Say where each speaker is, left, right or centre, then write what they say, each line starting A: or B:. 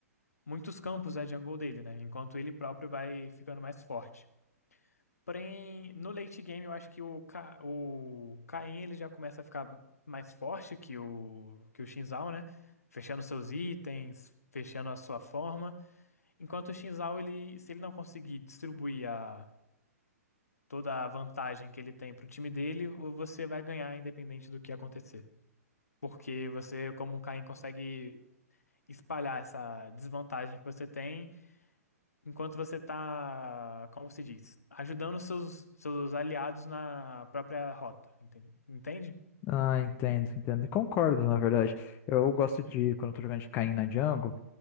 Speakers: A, on the left (about 70°); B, on the left (about 25°).
A: muitos campos da jungle dele, né? Enquanto ele próprio vai ficando mais forte. Porém, no late game eu acho que o, Ca... o Kayn ele já começa a ficar mais forte que o que o Xin Zhao, né? Fechando seus itens, fechando a sua forma. Enquanto o Xin Zhao, ele... se ele não conseguir distribuir a... toda a vantagem que ele tem pro time dele, o- você vai ganhar independente do que acontecer. Porque você, como o Kayn, consegue espalhar essa desvantagem que você tem enquanto você está, como se diz, ajudando seus, seus aliados na própria rota, enten- entende?
B: Ah, entendo, entendo. E Concordo, na verdade. Eu gosto de, quando eu tô jogando de Caim na jungle,